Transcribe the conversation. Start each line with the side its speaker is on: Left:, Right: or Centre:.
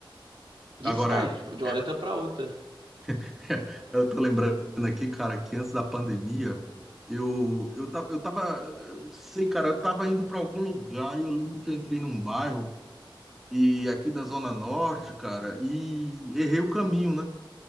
Right: E
Centre: Agora,
Right: sai de de
Centre: é,
Right: uma letra pra outra.
Centre: <laughs> eu tô lembrando aqui, cara, que antes da pandemia, eu, eu tava, eu tava, eu não sei, cara, eu tava indo para algum lugar e eu lembro que eu entrei num bairro e aqui da Zona Norte, cara, e errei o caminho, né?